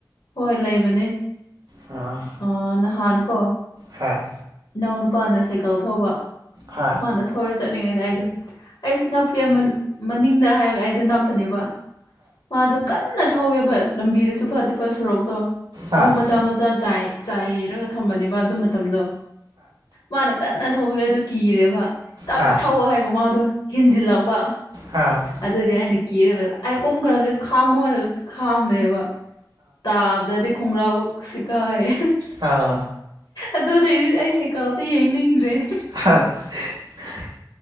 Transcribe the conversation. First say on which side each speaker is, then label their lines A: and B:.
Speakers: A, on the left; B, on the right.
A: ꯍꯣꯏ ꯂꯩꯕꯅꯦ
B: ꯍꯣꯏ
A: ꯑ ꯅꯍꯥꯟ ꯀꯣ
B: ꯍꯣꯏ
A: ꯏꯅꯥꯎꯅꯨꯄꯥꯅ ꯁꯥꯏꯀꯜ ꯊꯧꯕ
B: ꯍꯣꯏ
A: ꯃꯥꯅ ꯊꯧꯔ ꯆꯠꯂꯤꯉꯩꯗ ꯑꯩꯗꯣ ꯑꯩꯁꯨ ꯅꯞ ꯀ ꯃꯅꯤꯡꯗ ꯍꯥꯏꯔꯒ ꯑꯩꯗꯣ ꯅꯞꯄꯅꯦꯕ ꯃꯥꯗꯣ ꯀꯟꯅ ꯊꯧꯋꯦꯕ ꯂꯝꯕꯤꯗꯨꯁꯨ ꯐꯥꯠꯇꯦꯕ ꯁꯣꯔꯣꯛꯇꯣ
B: ꯍꯣꯏ
A: ꯅꯨꯡ ꯃꯆꯥ ꯃꯆꯥ ꯆꯥꯏ ꯆꯥꯏꯔꯒ ꯊꯝꯕꯅꯦꯕ ꯑꯗꯨ ꯃꯇꯝꯗꯣ ꯃꯥꯅ ꯀꯟꯅ ꯊꯧꯕꯒꯤ ꯑꯩꯗꯣ ꯀꯤꯔꯦꯕ ꯇꯞꯅ
B: ꯍꯣꯏ
A: ꯊꯥꯎꯋꯣ ꯍꯥꯏꯔꯒ ꯃꯥꯗꯣ ꯍꯦꯟꯖꯤꯜꯂꯛꯄ
B: ꯍꯣꯏ
A: ꯑꯗꯨꯗꯤ ꯑꯩꯅ ꯀꯤꯔꯒ ꯑꯩꯥꯏ ꯀꯣꯝꯒ꯭ꯔꯒꯨ ꯈꯥꯝꯃꯣ ꯍꯥꯏꯔꯒ ꯈꯥꯝꯗ꯭ꯔꯦꯕ ꯇꯥꯕꯗꯗꯤ ꯈꯣꯡꯒ꯭ꯔꯥꯎꯕꯛ ꯁꯤꯒꯥꯏꯌꯦ
B: ꯍꯣꯏ
A: ꯑꯗꯨꯗꯩꯗꯤ ꯑꯩ ꯁꯥꯢꯀꯜꯁꯦ ꯌꯦꯡꯅꯤꯡꯗ꯭ꯔꯦ
B: <unintelligible>